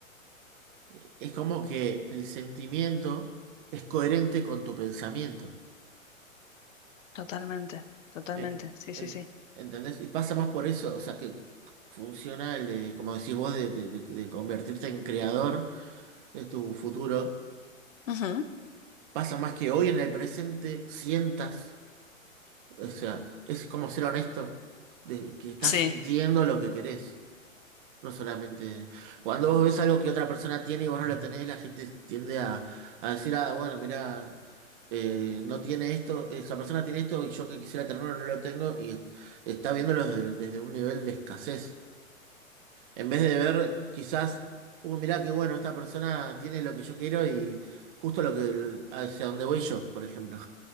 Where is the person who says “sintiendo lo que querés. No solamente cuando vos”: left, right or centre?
Right